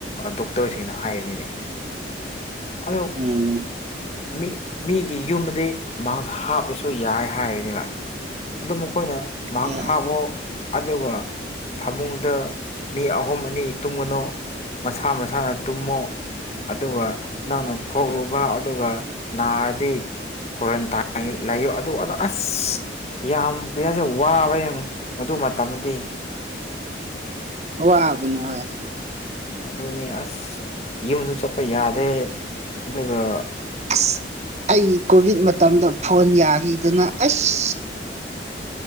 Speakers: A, on the left (about 35°); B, on the right (about 40°).
A: ꯗꯣꯛꯇꯔꯁꯤꯡꯅ ꯍꯥꯏꯔꯤꯅꯦ ꯑꯗꯣ
B: ꯎꯝ
A: ꯃꯤ ꯃꯤꯒꯤ ꯌꯨꯝꯗꯒꯤꯩ ꯃꯁ ꯍꯥꯞꯔꯁꯨ ꯌꯥꯏ ꯍꯥꯏꯕꯅꯦꯕ ꯑꯗꯨ ꯃꯈꯣꯏꯅ ꯃꯥꯛꯁ
B: ꯎꯝ
A: ꯍꯥꯞꯔꯣ ꯑꯗꯨꯒ ꯐꯃꯨꯡꯗ ꯃꯤ ꯑꯍꯨꯝ ꯑꯅꯤ ꯇꯨꯝꯒꯅꯨ ꯃꯁꯥ ꯃꯁꯥꯅ ꯇꯨꯝꯃꯨ ꯑꯗꯨꯒ ꯅꯪꯅ ꯈꯣꯛꯂꯨꯕ ꯑꯗꯨꯒ ꯅꯥꯔꯗꯤ ꯀ꯭ꯋꯥꯔꯟꯇꯥꯏꯟ ꯂꯩꯌꯨ ꯑꯗꯨ ꯑꯗꯥꯥ ꯑꯁ ꯌꯥꯝ ꯀ꯭ꯔꯤꯍꯥꯏꯁꯤꯔꯥ ꯋꯥꯕ ꯌꯥꯝ ꯑꯗꯨ ꯃꯇꯝꯗꯤ
B: ꯋꯥꯕꯅꯤ ꯍꯣꯏ꯫
A: ꯑꯗꯨꯅꯤ ꯑꯁ ꯌꯨꯝꯁꯨ ꯆꯠꯄ ꯌꯥꯗꯦ ꯑꯗꯨꯒ
B: ꯑꯁ ꯑꯩ ꯀꯣꯚꯤꯠ ꯃꯇꯝꯗꯣ ꯐꯣꯟ ꯌꯥꯈꯤꯗꯅ ꯑꯁ